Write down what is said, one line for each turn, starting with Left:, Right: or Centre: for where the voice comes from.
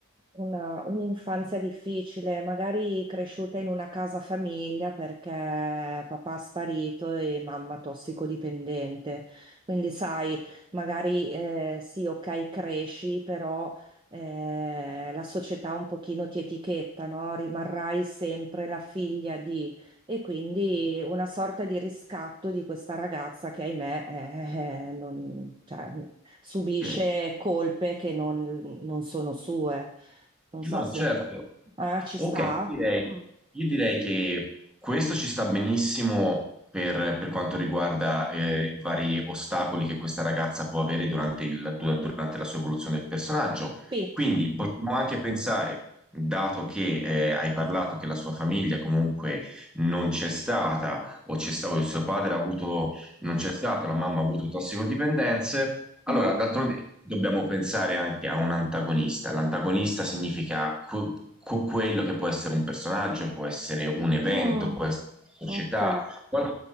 Right: una- un'infanzia difficile, magari cresciuta in una casa famiglia perché papà è sparito e mamma tossicodipendente. Quindi sai, magari eh, sì, ok, cresci, però eh, la società un pochino ti etichetta, no? Rimarrai sempre la figlia di... E quindi una sorta di riscatto di questa ragazza che, ahimè, eh, eh, non- cioè, subisce
Centre: Ok.
Right: colpe che non, non sono sue. Non so
Centre: No,
Right: se...
Centre: certo.
Right: Ah, ci
Centre: Ok,
Right: sta?
Centre: io direi,
Right: Mm.
Centre: io direi che questo ci sta benissimo per, per quanto riguarda eh, i vari ostacoli che questa ragazza può avere durante, il- du- durante la sua evoluzione del personaggio.
Right: Sì.
Centre: Quindi potremmo anche pensare, dato che eh, hai parlato che la sua famiglia comunque non c'è stata, o c'è stato, il suo padre ha avuto non c'è stato, la mamma ha avuto tossicodipendenze. Allora,
Right: Mhm.
Centre: d'altronde dobbiamo pensare anche a un antagonista. L'antagonista significa que- que- quello che può essere un personaggio, può essere un evento,
Right: Mm.
Centre: può essere una
Right: Ok,
Centre: società, qualcosa